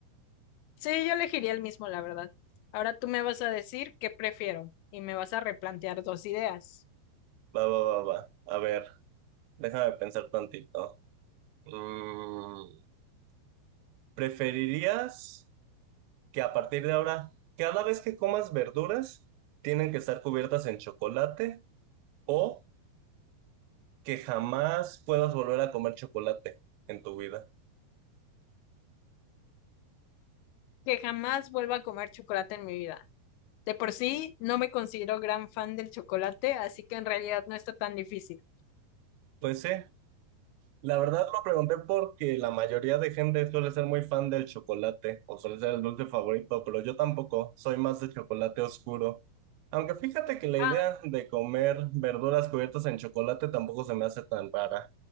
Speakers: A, on the left; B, on the right.
A: Sí, yo elegiría el mismo, la verdad. Ahora tú me vas a decir qué prefiero y me vas a replantear dos ideas.
B: Va, va, va, va. A ver, déjame pensar tantito. Mm, ¿preferirías que a partir de ahora, cada vez que comas verduras, tienen que estar cubiertas en chocolate o que jamás puedas volver a comer chocolate en tu vida?
A: Que jamás vuelva a comer chocolate en mi vida. De por sí, no me considero gran fan del chocolate, así que en realidad no está tan difícil.
B: Pues sí, La verdad lo pregunté porque la mayoría de gente suele ser muy fan del chocolate o suele ser el dulce favorito, pero yo tampoco, soy más de chocolate oscuro. Aunque fíjate que la idea
A: Ah,
B: de comer verduras cubiertas en chocolate tampoco se me hace tan rara.